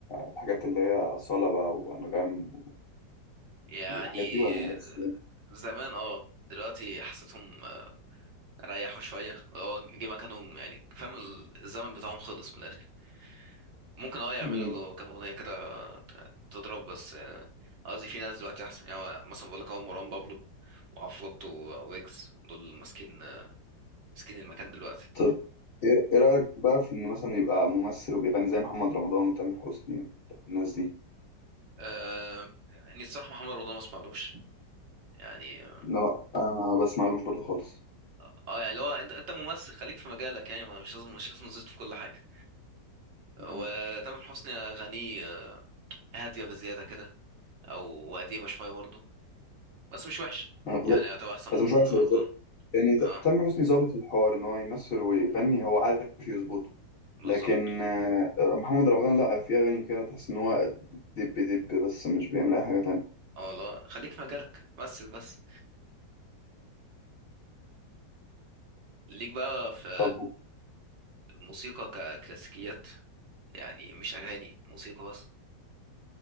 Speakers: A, on the left; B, on the right.
A: الحاجات اللي هي أصالة بقى وأنغام
B: يعني
A: والحاجات دي ولا بس؟
B: زمان اه دلوقتي حسيتهم ريحوا شويه هو جه مكانهم يعني فاهم ال- الزمن بتاعهم خلص من الاخر ممكن اه يعملوا
A: مم.
B: كام اغنيه كده ت- تضرب بس آه، قصدي في ناس دلوقتي احسن يعني هو مثلا بقول لك هو مروان بابلو وعفروتو وويجز دول ماسكين آه، ماسكين المكان دلوقتي
A: طب إيه إيه رأيك بقى في إن مثلا يبقى ممثل وبيغني زي محمد رمضان وتامر حسني والناس دي؟
B: آه يعني الصراحه محمد رمضان ما اسمعلوش يعني
A: لا أنا ما بسمعلوش برضه خالص
B: اه آه، يعني اللي هو انت انت ممثل خليك في مجالك يعني ما- مش لازم مش لازم تزيد في كل حاجه
A: مم.
B: وتامر حسني اغانيه آه، هاديه بزياده كده او قديمه شويه برضه بس مش وحشة
A: أنا-
B: يعني هتبقى احسن
A: بس
B: من
A: مش وحش
B: رمضان
A: هو ظابط- يعني ت-
B: اه
A: تامر حسني ظابط الحوار إن هو يمثل ويغني هو عارف يظبطه
B: بالظبط
A: لكن آه، محمد رمضان لأ في أغاني كده تحس إن هو دب دب بس مش بيعمل أي حاجة تانية
B: اه لا خليك في مجالك بس بس ليك بقى في
A: طب
B: موسيقى ككلاسيكيات يعني مش اغاني موسيقى بس